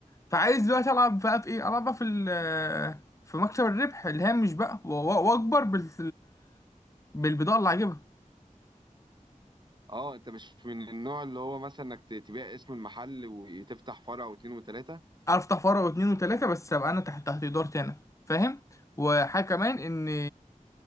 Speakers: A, on the left; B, on the right.
A: فعايز دلوقتي العب بقى في ايه العب بقى في ال- في مكسب الربح اللي هامش بقى و- و- واكبر بال بالبضاعه اللي هجيبها
B: اه انت مش من النوع اللي هو مثلا انك ت- تبيع اسم المحل وتفتح فرع واتنين وتلاته
A: افتح فرع واتنين وتلاته بس ابقى انا تحت تحت ادارتي انا فاهم وحاجه كمان ان